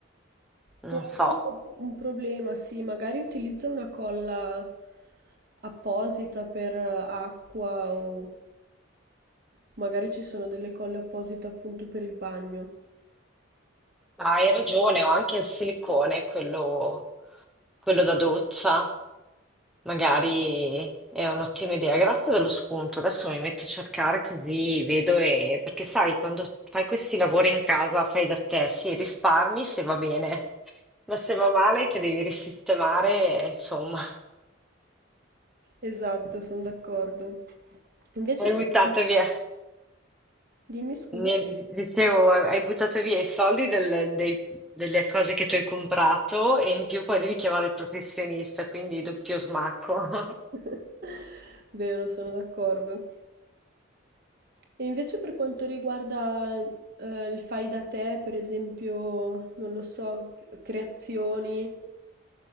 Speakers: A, in the centre; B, on the right.
A: Non
B: Può
A: so.
B: essere un problema, sì, magari utilizza una colla apposita per acqua o magari ci sono delle colle apposite appunto per il bagno.
A: Ma Hai ragione, ho anche il silicone, quello, quello da doccia. Magari è un'ottima idea, grazie dello spunto. Adesso mi metto a cercare così vedo e... perché sai, quando fai questi lavori in casa, fai da te, sì, risparmi se va bene, ma se va male che devi risistemare, insomma,
B: Esatto, sono d'accordo. Invece,
A: hai buttato
B: per quan-
A: via,
B: dimmi scusa.
A: niente, di- dicevo, hai buttato via i soldi del- dei- delle cose che tu hai comprato e in più poi devi chiamare il professionista, quindi doppio smacco. <laughs>
B: <laughs> Vero, sono d'accordo. E invece per quanto riguarda eh, il fai da te, per esempio, non lo so, creazioni,